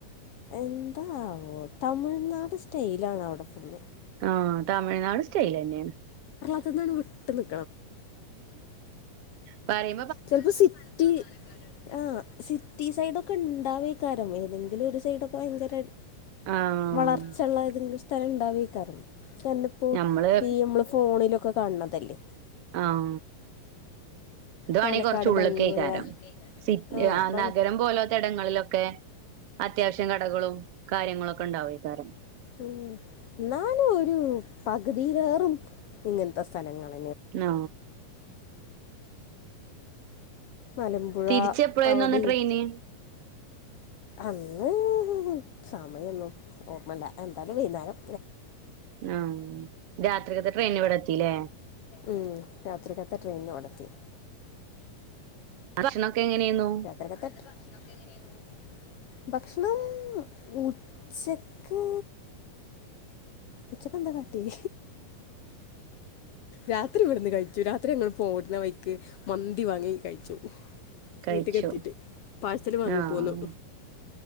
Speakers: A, on the left (about 75°); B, on the right (about 60°).
A: എന്താ തമിഴ്നാട് സ്റ്റൈല ആണ് അവിടെ ഫുൾ
B: ആഹ തമിഴ്നാട് സ്റ്റൈൽ തന്നെയാണ്
A: ന്നാണ്ട് വിട്ട് നി
B: പറ
A: ചിലപ്പോ സിറ്റി ആ സിറ്റി സൈഡ ഒക്കെ ഉണ്ടാവേക്കാര ഏതെങ്കിലും അതി ഒരു സൈഡ ഒക്കെ ഭയങ്കര
B: ആഹ
A: വളർച്ചള്ള ഏതെങ്കിലും സ്ഥലം ഇണ്ടാവക്കാറ കാരണം ഇപ്പോ
B: ഞമ്മള്
A: ഈ നമ്മള് ഫോണിലൊക്കെ കാണണതല്ലേ
B: ആഹ ഇത് വേണെങ്കിൽ
A: പാലക്കാട്
B: കൊറച്ച ഉള്ളൊക്കെ
A: ഭംഗിയുള്ള
B: ആക്കാരം സി
A: ആഹ്
B: ആ
A: ഭംഗ്
B: നഗരം പോലാത്തെ ഇടങ്ങളിലൊക്കെ അത്യാവശ്യം കടകളും കാര്യങ്ങളൊക്കെ ഉണ്ടാവുംകാരം
A: ഉ എന്നാലും ഒരു പകുതിയിലേറും ഇങ്ങനത്തെ സ്ഥലങ്ങളാണ്
B: ആ
A: മലമ്പുഴ
B: തിരിച്ച എപ്പോഴായിരുന്നു
A: അവിടെയും
B: വന്ന ട്രെയിന്
A: അന്ന് സമയൊന്നും ഓർമ്മല്ല എന്താലും വൈകുന്നേരം
B: ആഹ രാത്രികത്തെ ട്രെയിൻ ഇവിടെ എത്തില്ലേ
A: ഉം രാത്രിക്കത്തെ ട്രെയിൻഓടത്തി
B: ഭക്ഷണൊക്കെ എങ്ങനെയായിരുന്നു
A: <unintelligible> ഭക്ഷണം ഉച്ചക്ക്... ഉച്ചക്കെന്താ കാട്യേ? രാത്രി ഇവിടുന്ന് കഴിച്ചു. രാത്രി ഞങ്ങള് പോര്ന്ന വൈക്ക് മന്തി വാങ്ങി കഴിച്ചു.
B: കഴിച്ചു
A: വീട്ടക്കെത്തീട്ട് പാഴ്സൽ വാങ്ങിപ്പോന്നു.
B: ആഹ്